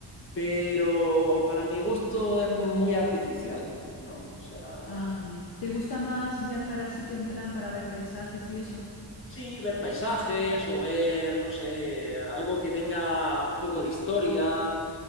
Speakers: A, on the left (about 25°); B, on the left (about 55°).
A: pero para mi gusto es muy artificial, ¿no? O sea,
B: Ah, vale. ¿Te gusta más viajar a sitio en plan para ver paisajes y eso?
A: sí, ver paisajes o ver, no sé, algo que tenga un poco de historia,